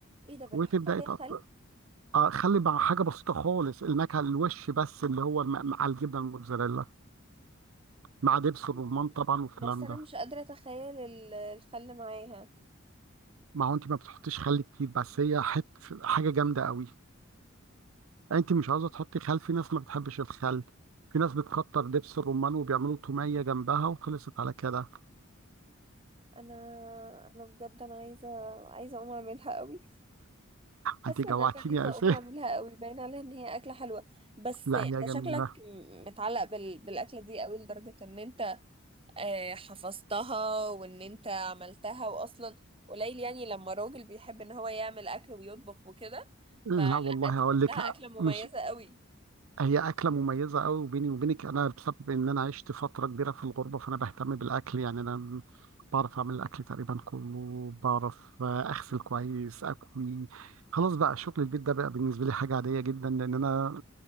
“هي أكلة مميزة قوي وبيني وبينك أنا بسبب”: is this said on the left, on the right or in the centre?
Right